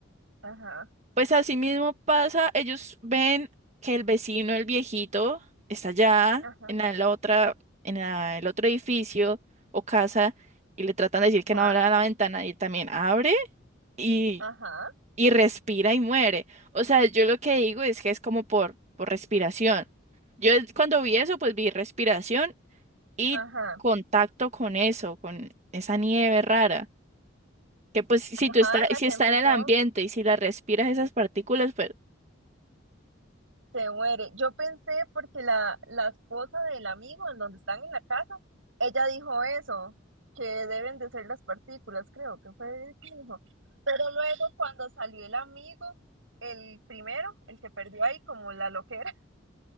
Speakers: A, on the right; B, on the right.
A: ajá,
B: Pues así mismo pasa, ellos ven que el vecino, el viejito, está allá
A: ajá,
B: en la, en la otra, en la- el otro edificio o casa y le tratan de decir
A: ajá,
B: que no abra la ventana y él también abre y,
A: ajá,
B: y respira y muere. O sea, yo lo que digo es que es como por, por respiración. Yo es- cuando vi eso, pues vi respiración y
A: ajá,
B: contacto con eso, con esa nieve rara. Que pues si
A: ajá,
B: tú está,
A: la
B: si
A: que
B: está
A: empezó
B: en el ambiente y si la respiras esas partículas, pues
A: se muere. Yo pensé porque la, la esposa del amigo en donde están en la casa, ella dijo eso, que deben de ser las partículas, creo que fue que dijo. Pero luego cuando salió el amigo, el primero, el que perdió ahí como la loquera,